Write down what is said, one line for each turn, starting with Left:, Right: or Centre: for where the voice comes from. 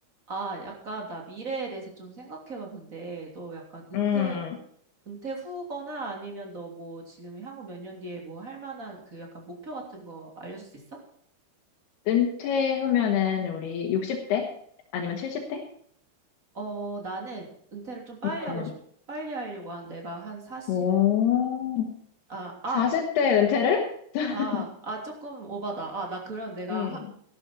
Right: 아, 약간 나 미래에 대해서 좀 생각해 봤는데, 너 약간 은퇴,
Left: 음,
Right: 은퇴 후거나 아니면 너 뭐 지금 향후 몇 년 뒤에 뭐 할 만한 그 약간 목표 같은 거 알려줄 수 있어?
Left: 은퇴 후면은 우리 60대? 아니면 70대?
Right: 어, 나는 은퇴를 좀 빨리
Left: 음,
Right: 하고 싶, 빨리 하려고 한 내가 한 40,
Left: 오,
Right: 아, 아,
Left: 40대 은퇴를? <laughs>
Right: 아, 아, 조금 오바다. 아, 나 그럼 내가
Left: 음,
Right: 하,